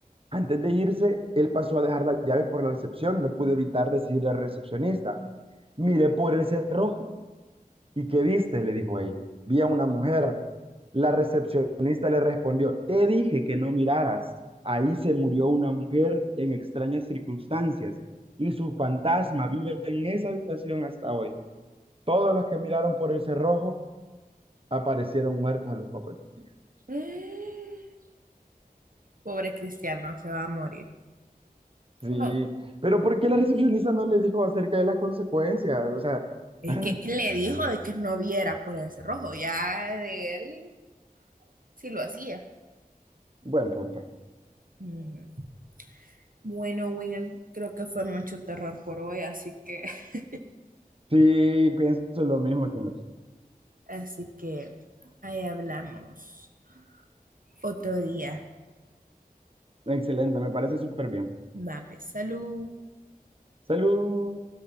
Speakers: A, on the right; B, on the right.
A: antes de irse, él pasó a dejar las llaves por la recepción y no pudo evitar decirle al recepcionista, miré por el cerrojo. ¿Y qué viste? le dijo ella. Vi a una mujer. La recepcionista le respondió, te dije que no miraras. Ahí se murió una mujer en extrañas circunstancias y su fantasma vive en esa habitación hasta hoy. Todos los que miraron por el cerrojo aparecieron muertos a los pocos días.
B: ay. <gasps> Pobre Cristiano, se va a morir.
A: Sí,
B: Oh.
A: pero ¿por qué la recepcionista no le dijo acerca de las consecuencias? O sea,
B: Es
A: ah,
B: que le dijo de que no viera por el cerrojo, ya de él sí lo hacía.
A: buen punto.
B: Ujú. Bueno, Winnie, creo que fue mucho terror por hoy, así que, <laughs>
A: Sí, pienso lo mismo aquí, hombre.
B: así que ahí hablamos otro día.
A: Excelente, me parece súper bien.
B: Va, pues, salud.
A: Salud.